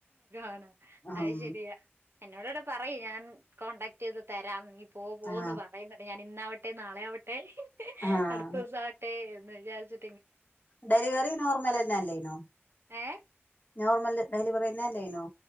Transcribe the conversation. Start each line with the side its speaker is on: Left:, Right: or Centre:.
Right: ഓണ അത്
Left: ഉം
Right: ശരിയാ എന്നോട ഇവിടെ പറയും ഞാൻ കോടാക്ട് ചെയ്ത് തരാം നഈ പോ പോന്ന്
Left: ആഹ്
Right: പറയുന്നുണ്ട് ഞാൻ ഇന്നാവട്ടെ നാളെ ആവട്ടെ
Left: ആഹ്
Right: അടുത്ത ദിവസം ആട്ടെ എന്ന് വിചാരിച്ചി
Left: ഡെലിവറി നോർമൽ തന്നെല്ലേനോ
Right: ഏ
Left: നോർമൽ ഡെലിവറിുന്ന അല്ലേനോ